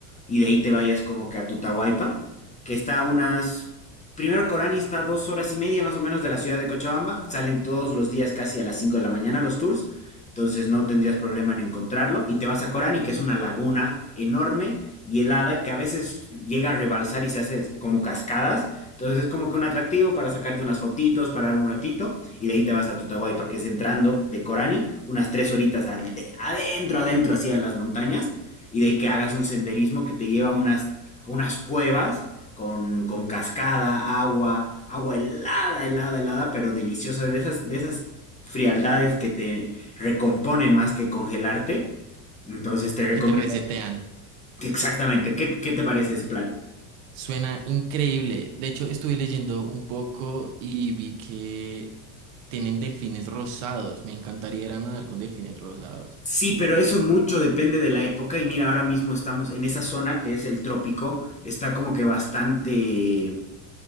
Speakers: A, on the left; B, on the right.
A: y de ahí te vayas como que a Tutahualpa, que está a unas... Primero Corani está a dos horas y media más o menos de la ciudad de Cochabamba, salen todos los días casi a las 5 de la mañana los tours, entonces no tendrías problema en encontrarlo y te vas a Corani, que es una laguna enorme y helada que a veces llega a rebalsar y se hace como cascadas, entonces es como que un atractivo para sacarte unas fotitos, parar un ratito y de ahí te vas a Tutahualpa, que es entrando de Corani, unas tres horitas al- de- adentro, adentro, hacia las montañas, y de ahí que hagas un senderismo que te lleva a unas, a unas cuevas con, con cascada, agua, agua helada, helada, helada, pero deliciosa, de esas, de esas frialdades que te recomponen más que congelarte. Entonces te recomiendo
B: Que te resetean.
A: que exactamente, ¿qué, qué te parece ese plan?
B: Suena increíble. De hecho, estuve leyendo un poco y vi que tienen delfines rosados. Me encantaría ir a nadar con delfines rosados.
A: Sí, pero eso mucho depende de la época y mira, ahora mismo estamos en esa zona que es el trópico, está como que bastante,